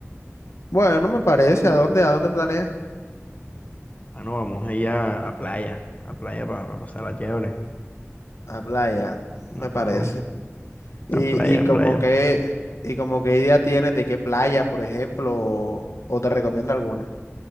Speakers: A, on the left; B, on the left.
A: Bueno, no me parece. ¿A dónde? ¿A dónde planeas?
B: Ah, no, vamos a ir a, a playa, a playa para pasar la chévere.
A: A playa,
B: No,
A: me parece.
B: aló,
A: Y,
B: a playa,
A: y
B: a
A: como
B: playa.
A: que, y como qué idea tienes de qué playa, por ejemplo, o, o te recomiendo alguna.